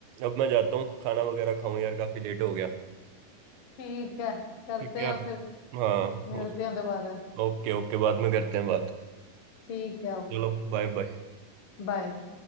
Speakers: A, on the right; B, on the left.
A: अब मैं जाता हूँ खाना वगैरह खाऊं यार काफी लेट हो गया
B: ठीक है करते
A: ठीक है यार
B: हैं फिर
A: हाँ
B: मिलते हैं दोबारा
A: ओके ओके बाद में करते हैं बात
B: ठीक है
A: चलो बाय बाय
B: बाय